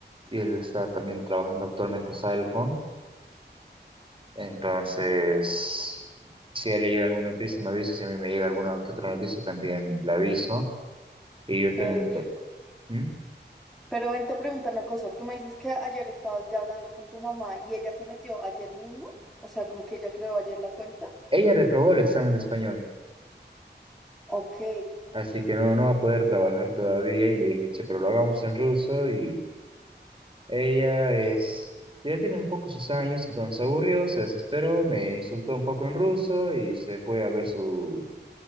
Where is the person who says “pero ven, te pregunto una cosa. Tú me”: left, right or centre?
Centre